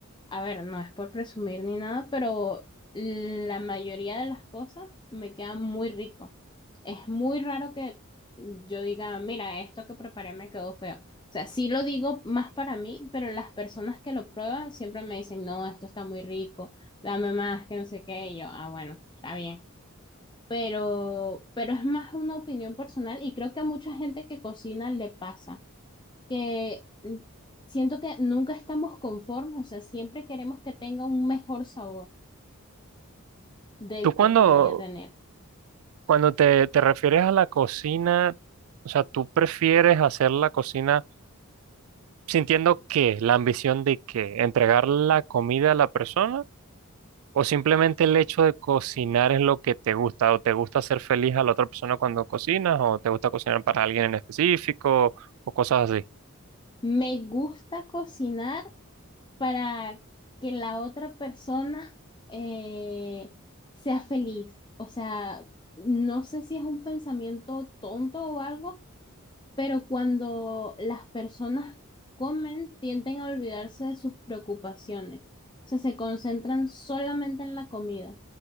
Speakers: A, on the left; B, on the right.
A: a ver, no es por presumir ni nada, pero la mayoría de las cosas me quedan muy rico. Es muy raro que yo diga, mira, esto que preparé me quedó feo. O sea, sí lo digo más para mí, pero las personas que lo prueban siempre me dicen, no, esto está muy rico, dame más, que no sé qué. Y yo, ah, bueno, está bien. Pero, pero es más una opinión personal y creo que a mucha gente que cocina le pasa que mm, siento que nunca estamos conformes, o sea, siempre queremos que tenga un mejor sabor del
B: Tú cuando,
A: que podría tener.
B: cuando te, te refieres a la cocina, o sea, tú prefieres hacer la cocina sintiendo qué, la ambición de qué, entregar la comida a la persona o simplemente el hecho de cocinar es lo que te gusta o te gusta hacer feliz a la otra persona cuando cocinas o te gusta cocinar para alguien en específico o cosas así.
A: Me gusta cocinar para que la otra persona eh, sea feliz, o sea, no sé si es un pensamiento tonto o algo pero cuando las personas comen, tienden a olvidarse de sus preocupaciones. O sea, se concentran solamente en la comida.